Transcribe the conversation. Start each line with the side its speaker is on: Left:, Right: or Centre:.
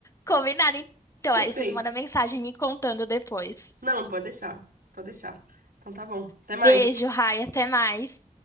Left: Combinado, então.
Right: Perfeito.
Left: Aí você me manda mensagem me contando depois.
Right: Não, pode deixar. Pode deixar. Então tá bom. Até
Left: Beijo,
Right: mais.
Left: Rai, até mais.